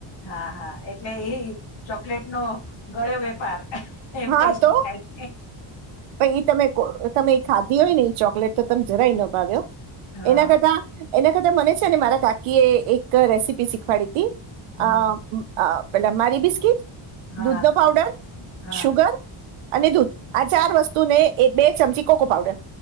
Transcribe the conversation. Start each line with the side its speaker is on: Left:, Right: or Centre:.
Left: હા હા એટલે એ ચોકલેટ નો ગળ્યો વેપાર એમ
Right: હા
Left: કહી શકાય.
Right: તો પછ તમે તમે એ ખાધી હોય ને એ ચોકલેટ તો તમે જરાય ન ભાવ્યો
Left: હા
Right: એના કરતા એના કરતા મને છે ને મારા કાકીએ એક રેસીપી શીખવાડીતી હતી
Left: હા
Right: અ પેલા મારી બિસ્કીટ,
Left: હા
Right: દૂધ નો પાવડર,
Left: હા
Right: સુુગર અને દૂધ આ ચાર વસ્તુને બે ચમચી કોકો પાવડર